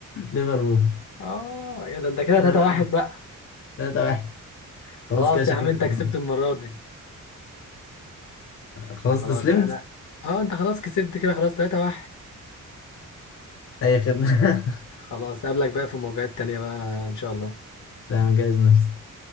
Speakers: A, on the left; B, on the left.
A: ليفربول
B: اه يا ده انت كده
A: ثلاثة
B: 3 1
A: واحد
B: بقى
A: ثلاثة واحد
B: خلاص
A: خلاص كده شكلك
B: يا عم انت
A: اتفضل.
B: كسبت المره دي
A: خلاص
B: خلاص
A: استسلمت
B: انا اه انت خلاص كسبت كده خلاص 3 1
A: أي خدمة <laughs>
B: خلاص قابلك بقى في مواجهات تانية بقى ان شاء الله
A: تمام جايز نفسك